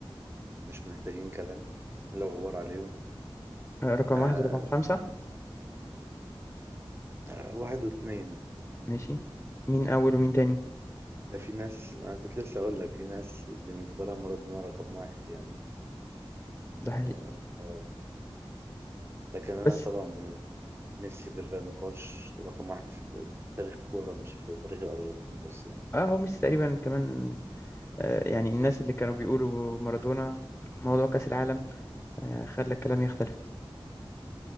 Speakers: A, on the right; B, on the left.
A: مش محتاجين كلام لا غبار عليهم
B: آه، رقم
A: آه،
B: واحد ورقم خمسة
A: آه، واحد واثنين
B: ماشي مين أول ومين تاني
A: في ناس أنا كنت لسه أقول لك في ناس بالنسبة لها مارادونا رقم واحد يعني
B: ده
A: آه،
B: حقيقي
A: ف- لكن أنا
B: بس
A: طبعا بالنسبة لي ميسي بلا نقاش رقم واحد في تاريخ الكورة مش في تاريخ الأرجنتين بس يعني
B: اه هو ميسي تقريبا كمان آه يعني الناس اللي كانوا بيقولوا مارادونا موضوع كأس العالم آه خلى الكلام يختلف